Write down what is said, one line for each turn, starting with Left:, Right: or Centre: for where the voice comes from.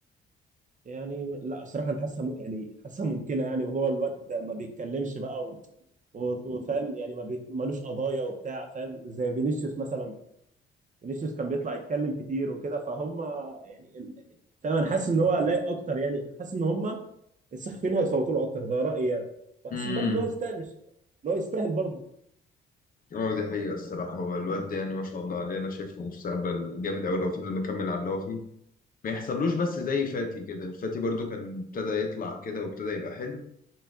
Right: يعني لا صراحه انا حاسسها م- يعني حاسسها ممكنه يعني وهو الواد ما بيتكلمش بقى و- وفاهم يعني ما بيت- مالوش قضايا وبتاع فاهم زي فينيسيوس مثلا فينيسيوس كان بيطلع يتكلم كتير وكده فهم يعني ال- فاهم انا حاسس ان هو لايق اكتر يعني حاسس ان هم الصحفيين هيصوتوا له اكتر ده رايي يعني وحاسس
Left: امم
Right: برضه ان هو يستاهل مش ان هو يستاهل برضه
Left: اه دي حقيقه الصراحه هو الواد ده يعني ما شاء الله عليه انا شايفه مستقبل جامد قوي لو فضل مكمل على اللي هو فيه ما يحصلوش بس زي فاتي كده فاتي برضو كان ابتدى يطلع كده وابتدى يبقى حلو